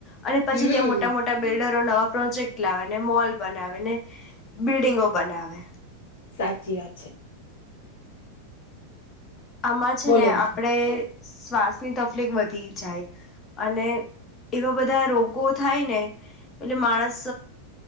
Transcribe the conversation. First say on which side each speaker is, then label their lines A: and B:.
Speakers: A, on the left; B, on the left.
A: અને પછી
B: હમ
A: ત્યાં મોટા મોટા બિલ્ડ ડરો નવા પ્રોજેક્ટ લાવે ને મોલ બનાવેને બિલ્ડિંગો બનાવે
B: સાચી વાત છે
A: આમાં છે
B: બોલો
A: ને આપડે
B: બીજું
A: શ્વાસની તકલીફ વધી જાય અને એવા બધા રોગ ગો થાય ને એટલે માણસ